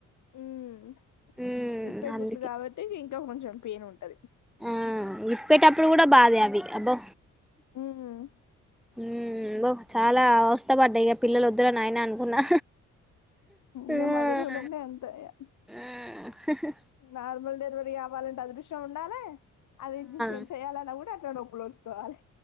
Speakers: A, on the left; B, in the centre.
A: ఊమ్
B: మ్మ్
A: ఇప్పే
B: అందుకే
A: కుట్లు కాబట్టి ఇంకా ఇంకా కొంచెం పెయిన్ ఉంటది
B: ఆ ఇప్పేటప్పుడు కూడా బాధ అవి అబ్బో
A: ఊమ్
B: ఉమ్ బ్బో చాలా అవస్త పడ్డా ఇక పిల్లలు వద్దు ఇదుగో నాయనా అనుకున్నా ఆ
A: ఇగ మదర్ హుడ్ అంటే అంతే ఇగ
B: ఆ
A: నార్మల్ డెలివరీ కావాలంటే అదృశ్యం ఉండాలే అది
B: ఆ
A: చేయాలన్నా కూడా క శెనగపప్పులు వలుసు కోవాలి